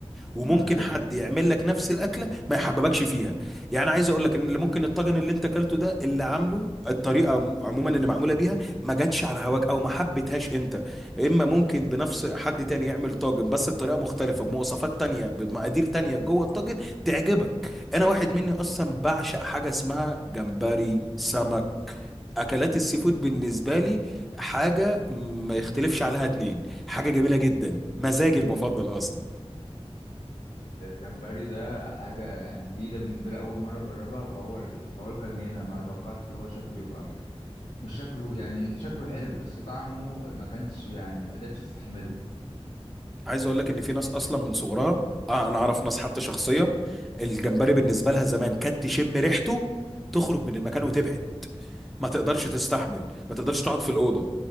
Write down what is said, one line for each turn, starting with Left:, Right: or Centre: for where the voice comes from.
Centre: وممكن
Left: انا فاهم
Centre: حد يعمل لك نفس الاكله ما يحببكش فيها يعني عايز اقول لك ان اللي ممكن الطاجن اللي انت اكلته ده اللي عامله الطريقه عم- عموما اللي معموله بيها ما جاتش على هواك او ما حبيتهاش انت اما ممكن بنفس حد تاني يعمل طاجن بس بطريقه مختلفه بمواصفات تانية بمقادير تانية جوه الطاجن تعجبك انا واحد مني اصلا بعشق حاجه اسمها جمبري سمك اكلات السي فود بالنسبه لي حاجه ما يختلفش عليها اتنين حاجه جميله جدا مزاجي المفضل اصلا
Left: الجمبري ده حاجة يعني جديدة بالنسبة لي أول مرة أجربها فهو الحوار كان هنا ما توقعتش اللي هو شكله يبقى مش شكله يعني شكله حلو بس طعمه ما كانش يعني ما قدرتش تستحمله
Centre: عايز اقول لك ان في ناس اصلا من صغرها آه انا اعرف ناس حتى شخصيه الجمبري بالنسبه لها زمان كانت تشم ريحته تخرج من المكان وتبعد ما تقدرش تستحمل ما تقدرش تقعد في الاوضه